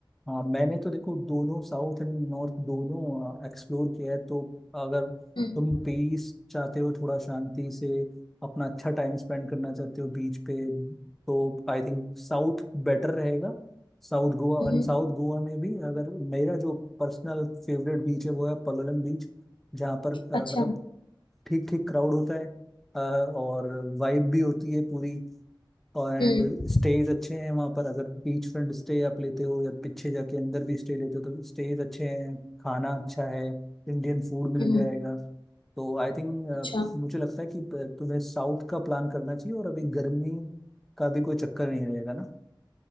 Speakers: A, in the centre; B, on the left.
A: हाँ मैंने तो देखो दोनों साउथ एंड नॉर्थ दोनों एक्सप्लोर किया है तो अगर
B: हम्म
A: तुम पीस चाहते हो थोड़ा शांति से अपना अच्छा टाइम स्पेंड करना चाहते हो बीच पे तो आई थिंक साउथ बेटर रहेगा South Goa
B: हम्म
A: and south Goa में भी अगर मेरा जो पर्सनल फेवरेट बीच है वो है पलोलम बीच जहाँ पर अ,
B: अच्छा
A: मतलब ठीक ठीक क्राउड होता है अ, और वाइब भी होती है पूरी एंड
B: हम्म
A: स्टेज अच्छे हैं वहाँ पर अगर बीच फ्रंट स्टे आप लेते हो या पीछे जाके अंदर भी स्टे लेते हो तो स्टेज अच्छे हैं खाना अच्छा है इंडियन फूड मिल
B: हम्म
A: जाएगा तो आई थिंक
B: अच्छा
A: मुझे लगता है कि अ, तुम्हें साउथ का प्लान करना चाहिए और अभी गर्मी का भी कोई चक्कर नहीं रहेगा ना